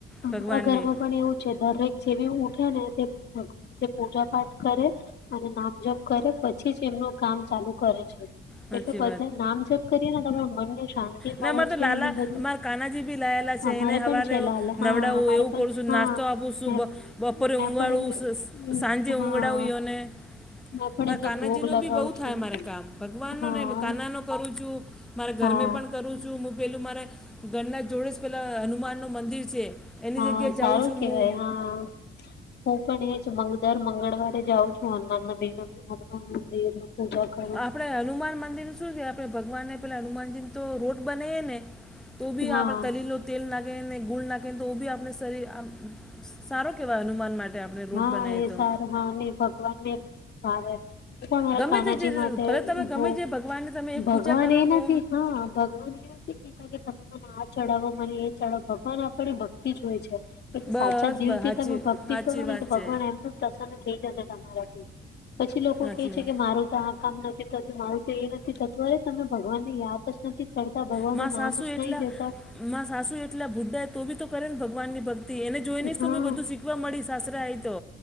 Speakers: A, on the left; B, in the centre.
A: અમારા
B: ભગવાનની
A: ઘરમાં પણ એવું છે દરેક જેવી ઉઠે ને તે ભગ પૂજા પાઠ કરે. અને નામજપ કરે પછી જ એમનું કામ ચાલુ કરે છે.
B: સાચી
A: એટલે બધા નામ જપ કરીએ ને તમે મનને. શાંતિ મળે
B: ના અમારે
A: છે
B: તો લાલા
A: અને બધું
B: અમારા કાનાજી ભી લાયેલા છે
A: અમારે
B: એને
A: પણ
B: હવારે.
A: છે લાલ હા
B: નવડાવું
A: અમારે
B: એવું
A: પણ
B: કરું
A: છે,
B: છું
A: હા
B: નાસ્તો આપું છું
A: મેં
B: બ બપોરે
A: મેં
B: ઉગાળું
A: પણ એમ
B: સસ સાંજ. જે ઉુંંગડા
A: હા
B: ઈઓ અને.
A: મેં પણ
B: પર
A: એમને
B: કાનાજી
A: ભોગ
B: નુ
A: લગાવ
B: ભી બહુ
A: છું
B: થાય મારે કામ ભગવાન
A: હા
B: નુને કાના. કરું છું મારા ઘર
A: હા
B: મે. કરું છું હું પેલું મારા ઘરના જોડે જ પેલા હનુમાનનું મંદિર છે. એની
A: હા
B: જગ્યાએ
A: સારું
B: જાઉં છું
A: કેવાય
B: હું
A: હા. હું પણ એ જ મંગ દર મંગળવારે જાઉં છું હનુમાન મંદિર હનુમાન મંદિર પૂજા. કરું છું.
B: આપણેે હનુમાન મંદિર શું છે આપણે ભગવાનને પેલા હનુમાનજી તો લોટ બનેએ ને. તો ભી
A: હા
B: આપે દલીલ. તેલ નાખેને ગુળ નાખે ને તો બી આપણે શરીર આ સારો કેહેવાય હનુમાન માટે. આપણે
A: હા
B: રોટ બનાવીએ
A: એ
B: તો
A: સારું હા ને ભગવાન ને ભાવે. પણ મારા
B: ગમે
A: કાનાજી
B: તે જે
A: માટે,
B: ભલે તમે ગમે
A: ભોગ
B: જે ભગવાનની તમે એક
A: ભગવાન
B: પૂજા કરો
A: એ
B: ને
A: નથી.
B: તો
A: હા ભગવાન એ નથી કે. તમે મને આ ચડાવો મને એ ચડાવો ભગવાન આપણી ભક્તિ જોએ છે. પણ
B: બસ
A: સાચા દિલ
B: બસ
A: થી
B: સાચી
A: તમે ભક્તિ.
B: સાચી વાત છે
A: પ્રભુ પ્રસન્ન થ‌ઇ જશે તમારા થી પછી લોકો
B: સાચી
A: કે છે
B: વાત
A: કે, મારું તો આ. કામ નથી થતું. મારું તો એ નથી થતું. અરે તમે ભગવાન ને યાદ જ નથી. કરતા ભગવાનું
B: માં
A: નામ
B: સાસુ
A: જ નહી
B: એટલા
A: લેતા.
B: માં સાસુ એટલા બુદ્ધા એ તો બી તો કરે ને ભગવાનની ભક્તિ. તી એને જોઈ ને
A: હા
B: તોજ ને બધું શીખવા મળી સાસરા આઇ તો.